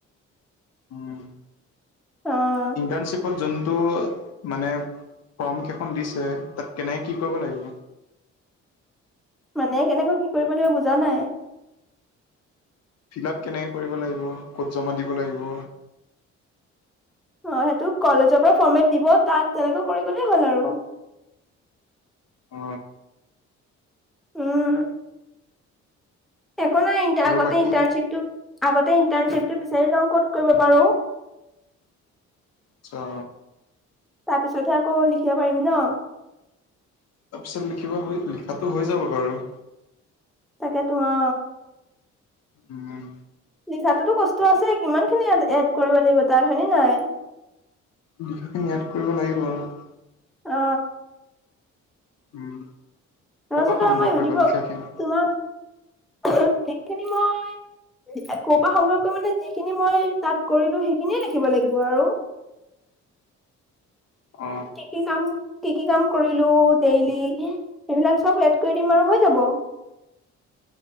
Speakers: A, on the left; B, in the centre.
A: উম
B: অ
A: ইণ্টাৰ্ণশ্বিপত যোনটো মানে ফৰ্মকেইখন দিছে তাত কেনে কি কৰিব লাগিব।
B: মানে কেনেকৈ কি কৰিব লাগিব বুজা নাই
A: ফিলাপ কেনেকৈ কৰিব লাগিব ক'ত জমা দিব লাগিব
B: অ সেইটো কলেজৰ পৰা ফৰ্মেট দিব তাত তেনেকৈ কৰি গলেই হ'ল আৰু
A: অ
B: উম একো নাই ই
A: আৰু
B: আগতে
A: বাকী
B: ইণ্টাৰ্ণশ্বিপটো আগতে ইণ্টাৰ্ণশ্বিপ টো বিচাৰি লওঁ ক'ত কৰিব পাৰো
A: আচ্ছা
B: তাৰ পিছতহে আকৌ লিখিব পাৰিম ন
A: তাৰ পিছত লিখিব হৈ লিখাতো হৈ যাব বাৰু
B: তাকেতো অ
A: উম
B: লিখাতোতো কষ্ট আছে কিমান খিনি এড কৰিব লাগিব তাৰ হয় নে নাই
A: লিখাখিনি ইয়াত কৰিব লাগিব আৰু
B: অ
A: উম ক'ৰ
B: ৰবাচোন
A: পৰা সংগ্ৰহ
B: ৰ মই সুধপক
A: কৰিবা লিখাখিনি
B: তোমাৰ খিনি মই ক'ৰ পৰা সংগ্ৰহ কৰিম মানে যিখিনি মই তাত কৰিলো সেইখিনিয়ে লিখিব লাগিব আৰু
A: অ
B: কি কি কাম কি কি কাম কৰিলো ডেইলি সেইবিলাক চব এড কৰি দিম আৰু হৈ যাব